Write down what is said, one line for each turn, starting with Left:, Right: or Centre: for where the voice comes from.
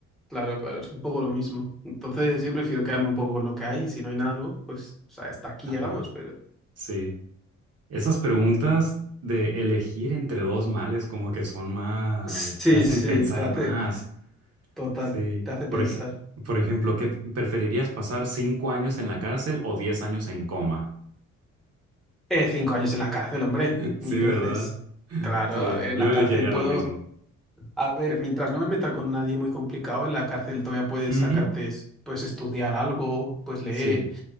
Centre: Claro, claro, es un poco lo mismo. Entonces, yo prefiero quedarme un poco con lo que hay. Si no hay nada nuevo, pues, o sea, hasta aquí
Right: Ajá,
Centre: llegamos, pero. <laughs>
Right: sí. Esas preguntas de elegir entre dos males como que son más,
Centre: Sí,
Right: te hacen
Centre: sí,
Right: pensar
Centre: te hace.
Right: más.
Centre: Total,
Right: Sí.
Centre: te hace
Right: Por
Centre: pensar.
Right: ej- por ejemplo, ¿qué preferirías pasar cinco años en la cárcel o diez años en coma?
Centre: Eh, cinco años en la cárcel, hombre,
Right: <laughs> Sí,
Centre: mil veces.
Right: ¿verdad?
Centre: Claro,
Right: Sí,
Centre: a ver, en
Right: yo
Centre: la
Right: elegiría
Centre: cárcel puedo.
Right: lo mismo.
Centre: A ver, mientras no me meta con nadie muy complicado, en la cárcel todavía puedes
Right: Ujú,
Centre: sacarte, es- pues, estudiar algo, pues, leer,
Right: Sí,